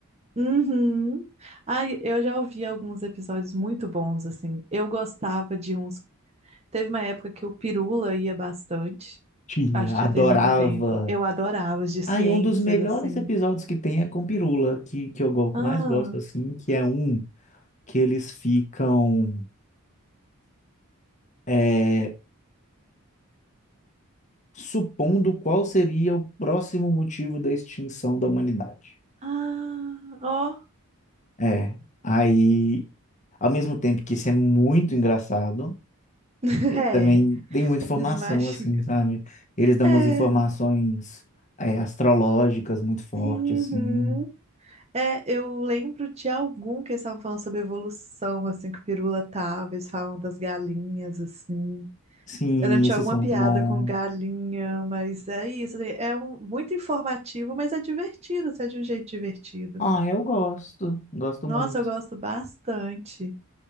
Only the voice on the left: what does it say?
Tinha,
adorava.
Aí um dos melhores
episódios que tem é com Pirula, que, que eu go- que
eu mais gosto, assim, que é um que eles ficam. é, supondo qual seria o próximo motivo da extinção da humanidade.
É, aí, ao mesmo tempo que isso é muito engraçado,
ele também tem muita informação,
assim, sabe? Eles dão
umas informações, é, astrológicas muito fortes,
assim.
Sim,
esses
são
muito bons.
Ah, eu gosto, gosto
muito.